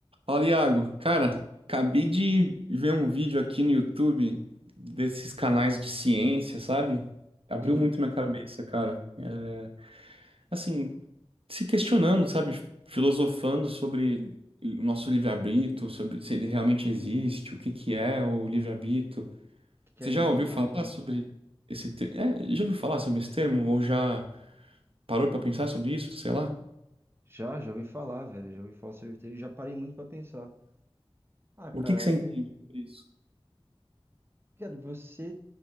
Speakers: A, on the right; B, on the right.
A: Fala, Iago. Cara, acabei de ver um vídeo aqui no YouTube desses canais de ciência, sabe? Abriu
B: Sim,
A: muito
B: o
A: minha cabeça, cara. É, assim, se questionando, sabe? Filosofando sobre o nosso livre-arbítrio, sobre se ele realmente existe, o que que é o livre-arbítrio.
B: que que
A: Você
B: é liberdade,
A: já ouviu falar
B: né?
A: sobre esse termo? já ouviu falar sobre esse termo? Ou já parou pra pensar sobre isso? Sei lá.
B: Já, já ouvi falar, velho. Já ouvi falar sobre vitreiro e já parei muito pra pensar. Ah, cara,
A: O que que você
B: você,
A: entende sobre isso?
B: cara, você,